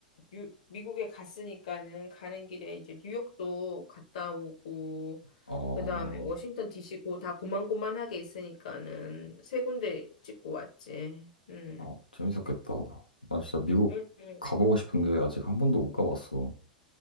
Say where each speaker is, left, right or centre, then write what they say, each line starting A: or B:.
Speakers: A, on the left; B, on the left.
A: 뉴, 미국에 갔으니까는 가는 길에 이제 뉴욕도 갔다 오고,
B: 어.
A: 그 다음에 워싱턴 DC 고, 다 고만고만하게 있으니까는 세 군데 찍고 왔지. 음.
B: 어, 재밌었겠다. 나 진짜 미국
A: 음. 음.
B: 가보고 싶은데 아직 한 번도 못 가봤어.